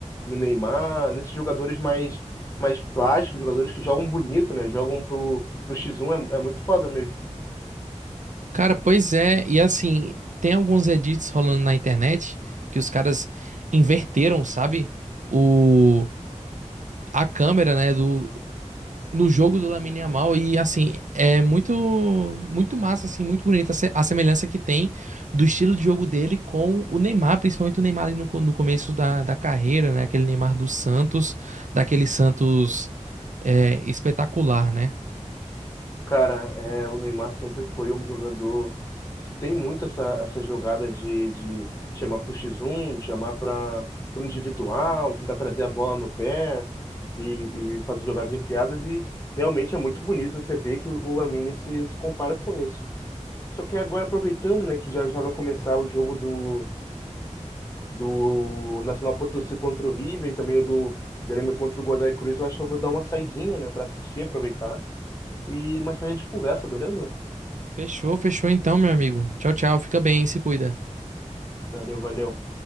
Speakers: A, on the left (about 25°); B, on the right (about 80°).
A: no Neymar, nesses jogadores mais, mais plásticos, jogadores que jogam bonito, né? Jogam pro, pro X1, é, é muito foda mesmo.
B: Cara, pois é, e assim, tem alguns edits rolando na internet que os caras inverteram, sabe? O a câmera, né, do no jogo do Lamine Yamal e assim, é muito muito massa assim, muito bonita a se- a semelhança que tem do estilo de jogo dele com o Neymar, principalmente o Neymar ali no, co- no começo da, da carreira, né? Aquele Neymar do Santos, daquele Santos é, espetacular, né?
A: Cara, é, o Neymar sempre foi um jogador Tem muito essa, essas jogadas de, de chamar para o X1, chamar para o individual, tentar trazer a bola no pé e, e fazer jogadas enfiadas. E realmente é muito bonito você ver que o o Lamine se, se compara com isso. Só que agora, aproveitando, né, que já, já vai começar o jogo do, do Nacional Potosí contra o River e também o do Grêmio contra o Godoy Cruz, eu acho que eu vou dar uma saidinha, né, para assistir, aproveitar. E mais tarde a gente conversa, beleza?
B: Fechou, fechou então, meu amigo. Tchau, tchau. Fica bem, se cuida.
A: Valeu, valeu.